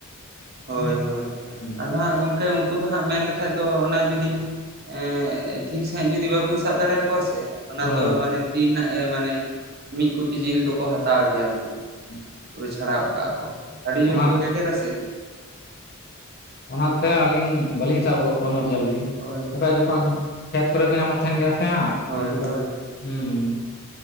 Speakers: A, on the right; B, on the left.
A: ᱦᱳᱭ ᱦᱳᱭ
B: ᱦᱩᱸ
A: ᱟᱫᱚ ᱦᱟᱸᱜ ᱜᱚᱢᱠᱮ ᱩᱱᱠᱩ ᱫᱚ ᱦᱟᱸᱜ ᱢᱮᱱ ᱞᱮᱠᱷᱟᱡ ᱫᱚ ᱚᱱᱟ ᱡᱩᱫᱤ ᱮᱸ ᱴᱷᱤᱠ ᱥᱟᱺᱦᱤᱡ ᱡᱩᱫᱤ ᱵᱟᱵᱤᱱ ᱥᱟᱵ ᱫᱟᱲᱮᱭᱟᱠᱚᱣᱟ ᱥᱮ ᱚᱱᱟ
B: ᱦᱳᱭ
A: ᱫᱚ ᱢᱟᱱᱮ ᱛᱤ ᱨᱮᱱᱟᱜ ᱢᱟᱱᱮ ᱢᱤᱫ ᱠᱩᱴᱤ ᱡᱤᱞ ᱫᱚᱠᱚ ᱦᱟᱛᱟᱣ ᱜᱮᱭᱟ ᱩᱱᱠᱩ ᱾
B: <unintelligible>
A: ᱯᱩᱨᱟᱹ ᱪᱷᱟᱲᱟᱣ ᱜᱚᱫ ᱠᱟᱜᱼᱟ ᱠᱚ ᱟᱹᱰᱤ ᱡᱳᱨ
B: ᱚᱱᱟᱛᱮ
A: ᱠᱚ ᱜᱮᱜᱮᱨᱟ ᱥᱮ ᱾
B: ᱚᱱᱟ ᱛᱮ ᱟᱹᱞᱤᱧ ᱵᱟᱹᱞᱤᱧ ᱥᱟᱵ ᱜᱚᱫ ᱠᱚᱣᱟ ᱩᱱᱟᱹᱜ ᱡᱚᱞᱫᱤ,
A: ᱦᱳᱭ
B: ᱵᱟᱠᱷᱟᱡ ᱡᱚᱠᱷᱚᱱ ᱠᱷᱮᱛ ᱠᱚᱨᱮ ᱠᱚ ᱧᱟᱢᱚᱜ ᱛᱟᱸᱦᱮᱱ ᱜᱮᱭᱟ ᱥᱮ ᱦᱟᱸᱜ
A: ᱦᱳᱭ
B: ᱩᱱᱠᱩ
A: ᱦᱳᱭ
B: ᱫᱚ
A: ᱦᱳᱭ
B: ᱦᱩᱸ ᱾